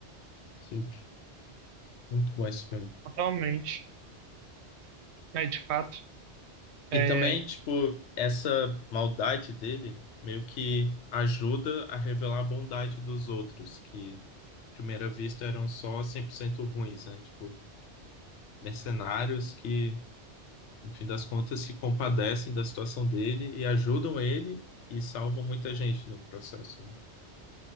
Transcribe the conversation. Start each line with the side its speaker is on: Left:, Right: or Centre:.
Left: Sim, Muito bom esse filme.
Right: Totalmente. É, de fato. É,
Left: E também, tipo, essa maldade dele meio que ajuda a revelar a bondade dos outros, que à primeira vista eram só 100% ruins, né? Tipo, mercenários que, no fim das contas, se compadecem da situação dele e ajudam ele e salvam muita gente no processo, né?